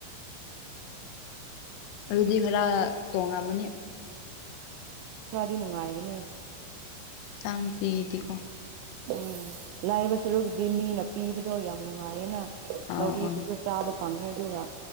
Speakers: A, on the left; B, on the right.
A: ꯑꯗꯨꯗꯤ ꯈꯔ ꯇꯣꯡꯉꯥꯝꯃꯅꯤ
B: ꯗꯤ ꯅꯨꯡꯉꯥꯏꯒꯅꯤ
A: ꯆꯥꯡ ꯄꯤꯔꯤꯗꯤꯀꯣ
B: ꯎꯝ ꯂꯥꯏꯕ ꯁꯨꯔꯨꯒꯤꯗꯤ ꯃꯤꯅ ꯄꯤꯕꯗꯣ ꯌꯥꯝ ꯅꯨꯡꯉꯥꯏꯌꯦꯅ
A: ꯑꯧ
B: ꯅꯣꯔꯠ
A: ꯑꯧ
B: ꯏꯁꯇꯁꯨ ꯆꯥꯕ ꯐꯪꯉꯦ ꯑꯗꯨꯒ